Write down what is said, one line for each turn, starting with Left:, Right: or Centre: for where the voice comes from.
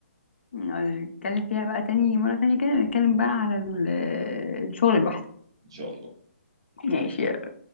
Left: نتكلم فيها بقى تاني مرة تانية كده نتكلم بقى على ال- الشغل لوحده
Right: إن شاء الله
Left: ماشي يلا.